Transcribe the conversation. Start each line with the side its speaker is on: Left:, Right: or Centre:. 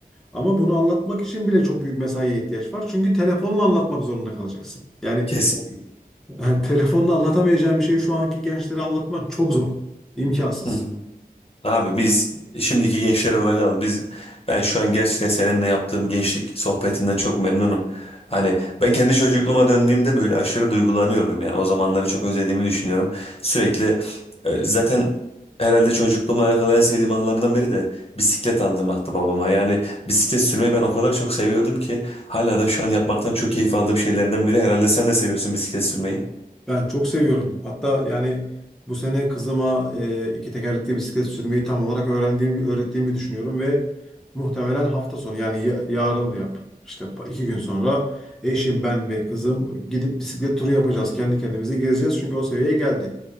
Centre: Ama bunu anlatmak için bile çok büyük mesaiye ihtiyaç var. Çünkü telefonla anlatmak zorunda kalacaksın. Yani
Left: Kesin.
Centre: yani telefonda anlatamayacağım bir şeyi şu anki gençlere anlatmak çok zor. İmkansız.
Left: <laughs> Abi biz şimdiki gençlere bırakalım. Biz ben şu an gerçekten seninle yaptığım gençlik sohbetinden çok memnunum. Hani ben kendi çocukluğuma döndüğümde böyle aşırı duygulanıyorum yani. O zamanları çok özlediğimi düşünüyorum. Sürekli e, zaten herhalde çocukluğuma alakalı en sevdiğim anılarımdan biri de bisiklet aldırmaktı babama. Yani bisiklet sürmeyi ben o kadar çok seviyordum ki hala da şu an yapmaktan çok keyif aldığım şeylerden biri. Herhalde sen de seviyorsun bisiklet sürmeyi.
Centre: Ben çok seviyorum. Hatta yani bu sene kızıma e, iki tekerlekli bisiklet sürmeyi tam olarak öğrendiğimi, öğrettiğimi düşünüyorum ve muhtemelen hafta sonu yani ya- yarın yap. işte pa- iki gün sonra eşim, ben ve kızım gidip bisiklet turu yapacağız. Kendi kendimize gezeceğiz çünkü o seviyeye geldi.